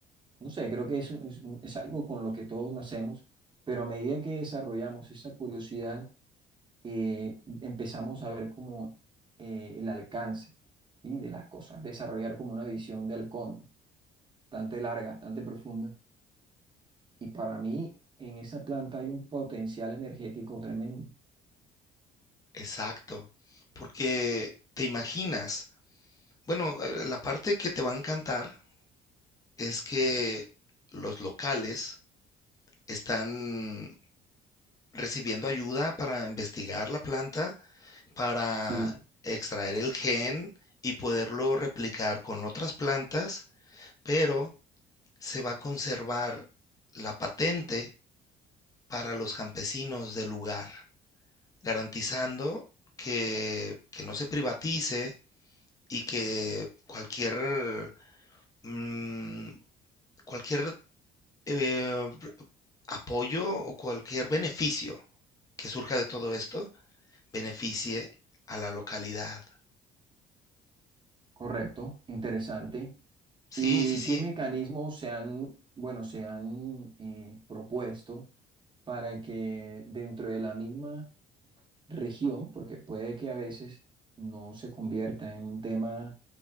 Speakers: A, on the right (about 25°); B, on the left (about 20°).
A: No sé, creo que eso es, mm, es algo con lo que todos nacemos, pero a medida que desarrollamos esa curiosidad, eh, empezamos a ver como eh, el alcance, ¿sí? de las cosas, desarrollar como una visión de halcón, bastante larga, bastante profunda, y para mí en esa planta hay un potencial energético tremendo.
B: Exacto, porque te imaginas, bueno, eh, la parte que te va a encantar es que los locales están recibiendo ayuda para investigar la planta, para
A: Sí,
B: extraer el gen y poderlo replicar con otras plantas, pero se va a conservar la patente para los campesinos del lugar, garantizando que, que no se privatice y que cualquier, mm, cualquier eh, apoyo o cualquier beneficio que surja de todo esto beneficie a la localidad.
A: correcto, interesante.
B: Sí,
A: ¿Y
B: sí, sí.
A: qué mecanismos se han, bueno, se han eh, propuesto para que dentro de la misma región, porque puede que a veces no se convierta en un tema